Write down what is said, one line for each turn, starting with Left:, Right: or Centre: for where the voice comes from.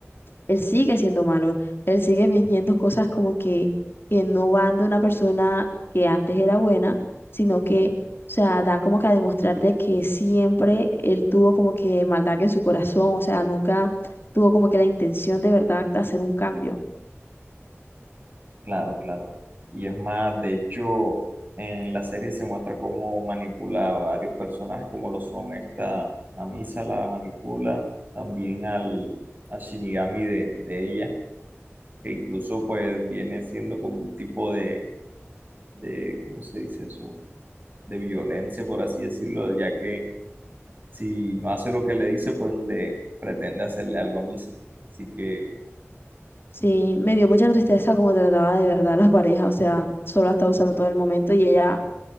Left: él sigue siendo malo, él sigue fingiendo cosas como que, que no van de una persona que antes era buena, sino que, o sea, da como que a demostrar de que siempre él tuvo como que maldad en su corazón, o sea, nunca tuvo como que la intención de verdad de hacer un cambio.
Right: claro, claro. Y es más, de hecho, en la serie se muestra cómo manipula a varios personajes, como lo son esta, a Misa la manipula, también al, a Shinigami de, de ella, que incluso pues viene siendo como un tipo de, de, ¿cómo se dice eso? De violencia, por así decirlo, ya que si no hace lo que le dice, pues le pretende hacerle algo a Misa. Así que,
Left: Sí, me dio mucha tristeza como trataba de verdad a la pareja, o sea, solo la estaba usando todo el momento y ella,